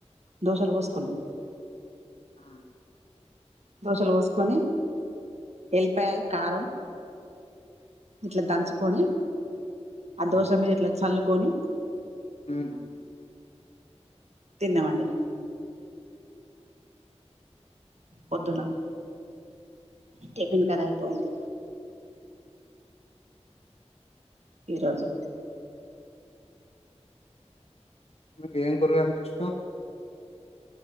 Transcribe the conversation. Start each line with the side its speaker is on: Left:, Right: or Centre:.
Right: దోశలు పోసుకున్నా
Left: అ
Right: దోశలు వోసుకొని ఎల్లిపాయ కారం ఇట్ల దంచుకొని ఆ దోశ మీద ఇట్ల చల్లుకొని
Left: మ్మ్ హు
Right: తిన్నమండి పొద్దున టిఫిన్ కదా అయిపోయింది ఈ రోజు
Left: మీక ఏం కూరులంటే ఇష్టం